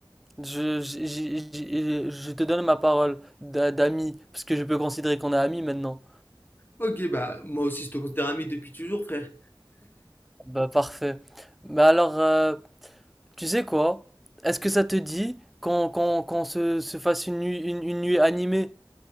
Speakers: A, in the centre; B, on the left.
A: Je, je, je- je- je te donne ma parole d'a- d'ami, parce que je peux considérer qu'on est amis maintenant.
B: Ok, bah moi aussi je te considère ami depuis toujours, frère.
A: Bah parfait. Bah alors, euh, tu sais quoi? Est-ce que ça te dit qu'on qu'on, qu'on se, se fasse une nuit, une, une nuit animée?